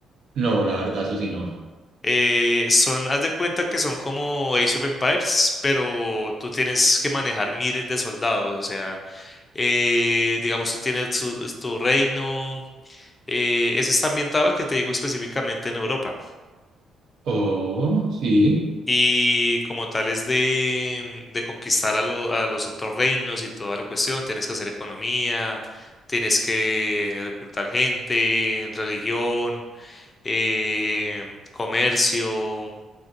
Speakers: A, on the right; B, on the left.
A: No, la verdad, eso sí no.
B: Eh, son, haz de cuenta que son como Age of Empires, pero tú tienes que manejar miles de soldados. O sea, eh, digamos, tú tienes tu, tu reino. eh, ese está ambientado, el que te digo específicamente en Europa.
A: Oh, sí,
B: Y como tal es de, mm, de conquistar a, lo- a los otros reinos y toda la cuestión, tienes que hacer economía, tienes que reclutar gente, religión, em, comercio,